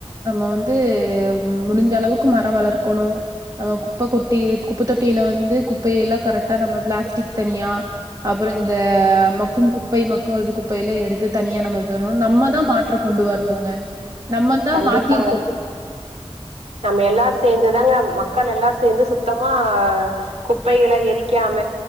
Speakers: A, on the right; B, on the right.
A: நம்ம வந்து முடிஞ்ச அளவுக்கு மரோ வளக்கணு நம்ம குப்ப கொட்டி குப்ப தொட்டியில வந்து குப்பைய எல்லா கரெக்டா நம்ம பிளாஸ்டிக் தனியா அப்றோ இந்த மக்கும் குப்பை மக்ககாது குப்பையெல்லா எடுத்து தனியா நமக்குணு நம்மதா மாற்றோ கொண்டு வரணுங்க நம்ம தா
B: கண்டிப்பாங்க
A: மாத்திருக்கோ
B: நம்ம எல்லாரு சேந்துதாங்க மக்கள் எல்லாரு சேந்து சுத்தமா குப்பைகள எரிக்காம